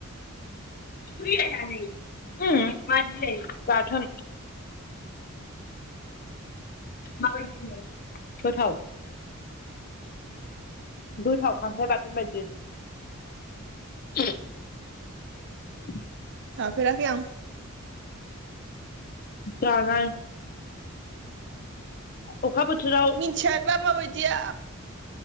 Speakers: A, on the left; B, on the right.
A: <unintelligible> उ मादि जायो बाथोन माबादि बिलाय गोथाव गोथाव खांख्राइ बाथोन बायदि <unintelligible>
B: जाफेराखै आं
A: जानाय अखा बोथोराव
B: मिनथियाबा माबाय दिया